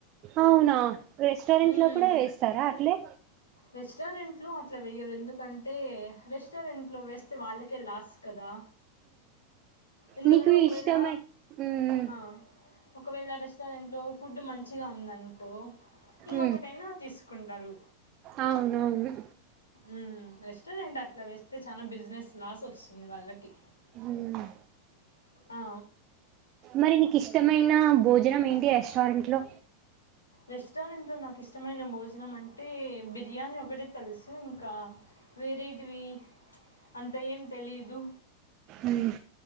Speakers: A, on the right (about 35°); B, on the left (about 70°).
A: అవునా రెస్టారెంట్
B: మ్మ్.
A: లో కూడా వేస్తారా అట్లే.
B: రెస్టారెంట్లో అట్లా వెయ్యరు. ఎందుకంటే రెస్టారెంట్లో వేస్తే వాళ్ళకే లాస్ కదా. ఎందుకంటే
A: నీకు
B: ఒకవేళ
A: ఇష్టమై ఉమ్
B: ఆ, ఒకవేళ రెస్టారెంట్లో ఫుడ్ మంచిగా ఉందనుకో ఇంకొకటైనా
A: ఉమ్
B: తీసుకుంటారు.
A: అవునవును.
B: ఉమ్ రెస్టారెంట్ అట్లా వేస్తే చానా బిజినెస్ లాస్ వస్తుంది వాళ్ళకి.
A: ఉమ్
B: ఆ,
A: మరి నీక్ ఇష్ మైనా భోజనం ఏంటి రెస్టారెంట్లో.
B: రెస్టారెంట్లో నాకు ఇష్టమైన భోజనం అంటే బిర్యానీ ఒకటే తెలుసు. ఇంకా వేరే టివి ప్చ్ అంత ఏం తెలీదు.
A: ఉమ్